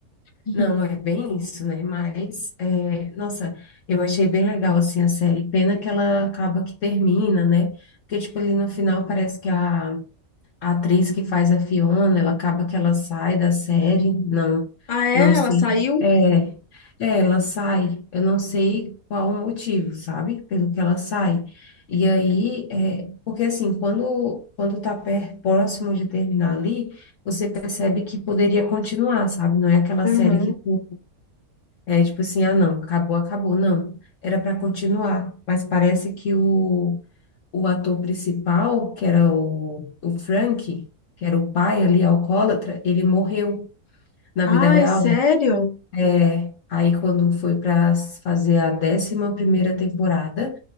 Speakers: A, on the left (about 30°); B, on the left (about 65°).
A: Uhum.
B: Não, é bem isso, né? Mas, é, nossa, eu achei bem legal, assim, a série. Pena que ela acaba que termina, né? Porque, tipo, ali no final parece que a A atriz que faz a Fiona, ela acaba que ela sai da série, não,
A: Ah, é?
B: não sei.
A: Ela saiu?
B: É, é, ela sai, eu não sei qual o motivo, sabe? Pelo que ela sai. E aí, é, porque assim, quando quando tá per- próximo de terminar ali, você percebe que poderia continuar, sabe? Não é aquela
A: Aham.
B: série que tu- é tipo assim, ah, não, acabou, acabou, não. Era para continuar, mas parece que o o ator principal, que era o, o Frank, que era o pai ali, alcoólatra, ele morreu na
A: Ai,
B: vida real.
A: sério?
B: É. Aí, quando foi para fazer a décima primeira temporada,